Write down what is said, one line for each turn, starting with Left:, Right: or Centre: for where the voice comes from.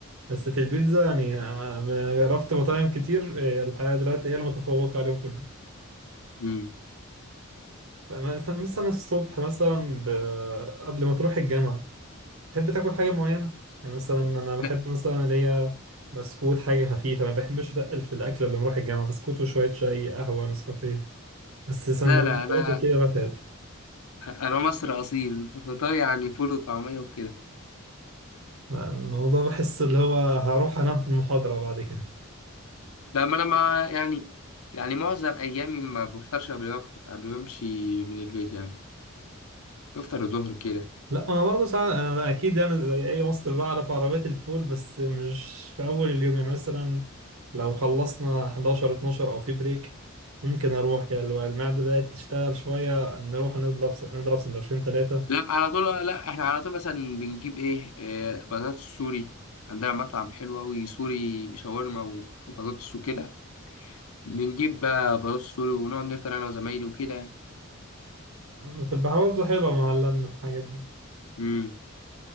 Right: بس في البيتزا يعني آه، جربت مطاعم كتير آه، الحقيقة دلوقتي هي المتفوقة عليهم كلهم
Left: امم
Right: فمثلا مثلا الصبح مثلا ب... قبل ما تروح الجامعة تحب تاكل حاجة معينة يعني مثلا أنا بحب
Left: لا
Right: مثلا اللي هي بسكوت حاجة خفيفة ما بحبش أتقل في الأكل قبل ما أروح الجامعة بسكوت وشوية شاي قهوة نسكافيه بس سندوتشات
Left: لا لا، أنا
Right: وكده بتعب
Left: أنا مصري أصيل فطار يعني فول وطعمية وكده
Right: الموضوع بحس اللي هو هروح أنام في المحاضرة بعد كده
Left: لما أنا ما يعني يعني معظم أيامي ما بفطرش قبل ما- قبل ما أمشي من البيت يعني بفطر الظهر كده
Right: لا انا برضه ساعات انا أنا اكيد انا زي اي مصري بعرف عربيات الفول بس مش في اول اليوم يعني مثلا لو خلصنا 11 12 او في بريك ممكن اروح كده اللي هو المعده بدات تشتغل شويه نروح نضرب نضرب سندوتشين ثلاثه
Left: لا على طول لا احنا على طول مثلا بنجيب ايه, إيه بطاطس سوري عندنا مطعم حلو أوي سوري شاورما و- وبطاطس وكده بنجيب بقى بطاطس سوري ونقعد نفطر أنا وزمايلي وكده
Right: بتبقى برضه حلوه مع اللمه الحاجات دي
Left: امم